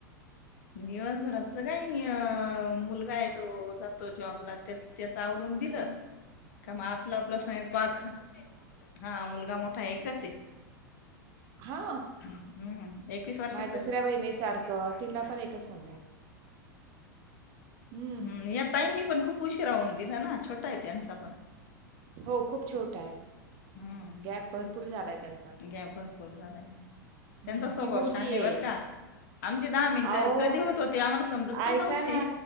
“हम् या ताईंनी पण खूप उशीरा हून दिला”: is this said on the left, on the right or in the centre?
Left